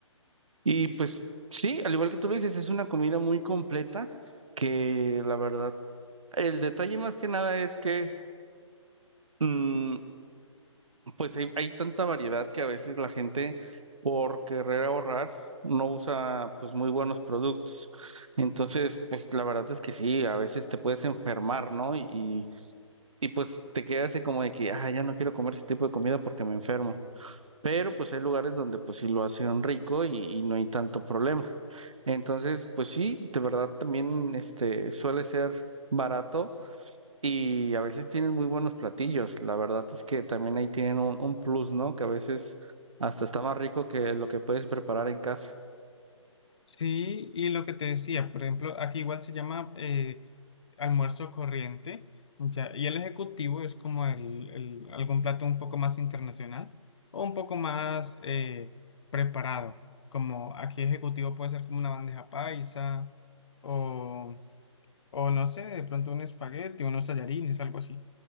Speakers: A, on the right; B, on the left.
A: y pues sí, al igual que tú lo dices, es una comida muy completa que la verdad, el detalle más que nada es que mm, pues hay, hay tanta variedad que a veces la gente por querer ahorrar no usa pues muy buenos productos. Entonces, pues la verdad es que sí, a veces te puedes enfermar, ¿no? Y, y pues te quedas así como de que, ah, ya no quiero comer ese tipo de comida porque me enfermo. Pero pues hay lugares donde pues sí lo hacen rico y, y no hay tanto problema. Entonces, pues sí, de verdad también este suele ser barato y a veces tienen muy buenos platillos. La verdad es que también ahí tienen un, un plus, ¿no? Que a veces hasta está más rico que lo que puedes preparar en casa.
B: Sí, y lo que te decía, por ejemplo, aquí igual se llama eh, almuerzo corriente, ya, y el ejecutivo es como el, el- algún plato un poco más internacional o un poco más eh, preparado, como aquí ejecutivo puede ser como una bandeja paisa o, o no sé, de pronto un espagueti, unos tallarines, algo así.